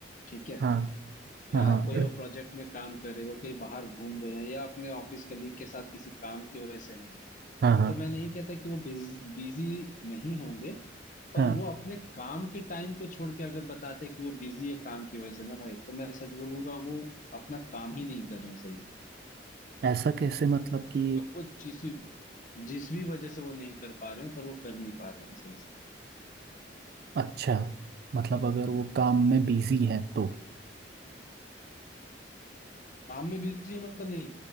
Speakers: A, on the left (about 45°); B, on the right (about 55°).
A: ठीक है
B: हाँ
A: या
B: हाँ हाँ
A: कोई वो प्रोजेक्ट में काम कर रहे हैं, वो कहीं बाहर घूम रहे हैं या अपने ऑफिस कलीग के साथ किसी काम की वजह से है
B: हाँ हाँ
A: तो मैं नहीं कहता कि वो बिजी नहीं होंगे पर
B: हाँ
A: वो अपने काम के टाइम को छोड़ के अगर बताते हैं कि वो बिजी है काम की वजह से ना भाई तो मैं सच बोलूंगा वो अपना काम ही नहीं कर रहे हैं सही से
B: ऐसा कैसे मतलब कि
A: अब वो जिस जिस भी वजह से वो नहीं कर पा रहे हो पर वो कर नहीं पा रहे हैं सही से
B: अच्छा मतलब अगर वो काम में बिजी है तो
A: काम में बिजी हूँ मतलब नहीं